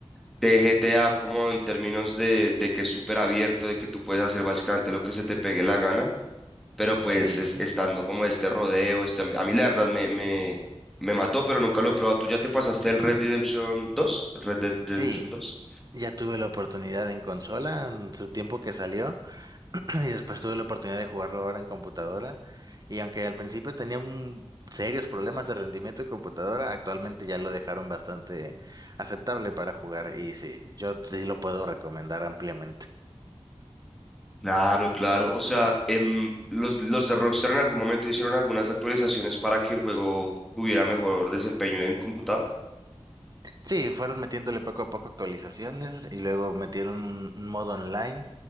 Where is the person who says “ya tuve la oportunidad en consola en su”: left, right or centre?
Right